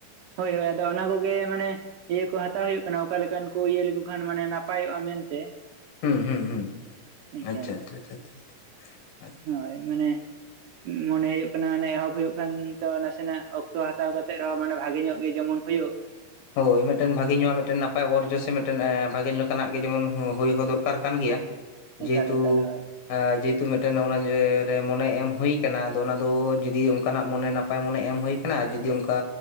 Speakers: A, on the right; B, on the left.
A: ᱦᱳᱭ ᱦᱳᱭ ᱟᱫᱚ ᱚᱱᱟ ᱠᱚᱜᱮ ᱢᱟᱱᱮ ᱤᱭᱟᱹ ᱠᱚ ᱦᱟᱛᱟᱣ ᱦᱩᱭᱩᱜ ᱠᱟᱱᱟ ᱚᱠᱟ ᱞᱮᱠᱟᱱ ᱠᱚ ᱤᱭᱟᱹ ᱞᱮᱠᱚ ᱠᱷᱟᱱ ᱢᱟᱱᱮ ᱱᱟᱯᱟᱭᱚᱜᱼᱟ ᱢᱮᱱᱛᱮ।
B: ᱦᱩᱸ ᱦᱩᱸ ᱦᱩᱸ
A: ᱮᱠᱟᱞ
B: ᱟᱪᱪᱷᱟ ᱟᱪᱪᱷᱟ ᱟᱪᱪᱷᱟ ᱟᱪᱪᱷᱟ ᱟᱪᱪᱷᱟ।
A: ᱦᱳᱭ ᱢᱟᱱᱮ ᱢᱚᱱᱮ ᱦᱩᱭᱩᱜ ᱠᱟᱱᱟ ᱢᱟᱱᱮ ᱮᱦᱚᱵ ᱦᱩᱭᱩᱜ ᱠᱷᱟᱱ ᱛᱚ ᱱᱟᱥᱮᱱᱟᱜ ᱚᱠᱛᱚ ᱦᱟᱛᱟᱣ ᱠᱟᱛᱮᱜ ᱨᱮᱦᱚᱸ ᱢᱟᱱᱮ ᱵᱷᱟᱜᱮ ᱧᱚᱜ ᱜᱮ ᱡᱮᱢᱚᱱ ᱦᱩᱭᱩᱜ
B: ᱦᱳᱭ ᱢᱤᱫᱴᱮᱱ ᱵᱷᱟᱜᱮ ᱧᱚᱜᱟᱜ ᱢᱤᱫᱴᱮᱱ ᱱᱟᱯᱟᱭ ᱚᱨᱡᱚ ᱥᱮ ᱢᱤᱫᱴᱮᱱ ᱵᱷᱟᱜᱮ ᱞᱮᱠᱟᱱᱟᱜ ᱜᱮ ᱡᱮᱢᱚᱱ ᱦᱳᱭ ᱦᱚᱸ ᱫᱚᱨᱠᱟᱨ ᱠᱟᱱ ᱜᱮᱭᱟ।
A: <inaudible>
B: ᱡᱮᱦᱮᱛᱩ
A: ᱮᱠᱟᱞ ᱦᱳᱭ
B: ᱟ ᱡᱮᱦᱮᱛᱩ ᱢᱤᱫᱴᱮᱱ ᱚᱱᱟ ᱡᱮ ᱨᱮ ᱢᱚᱱᱮ ᱮᱢ ᱦᱩᱭ ᱠᱟᱱᱟ ᱟᱫᱚ ᱚᱱᱟ ᱫᱚ ᱡᱩᱫᱤ ᱢᱚᱱᱮ ᱱᱟᱯ ᱱᱟᱯᱟᱭ ᱢᱚᱱᱮ ᱮᱢ ᱦᱩᱭ ᱠᱟᱱᱟ ᱟᱨ ᱡᱩᱫᱤ ᱚᱱᱠᱟ